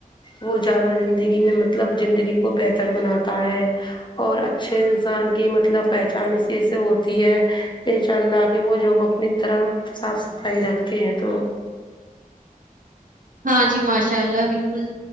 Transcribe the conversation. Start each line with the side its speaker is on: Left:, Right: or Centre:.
Left: وہ زیادہ زندگی میں مطلب زندگی کو بہتر بناتا ہے اور اچھے انسان کی مطلب پہچان اسی سے ہوتی ہے ان شاء اللہ کہ وہ جو وقت اپنی طرح صاف صفائی رکھتے ہیں تو
Right: ہاں جی ماشاء اللہ بالکل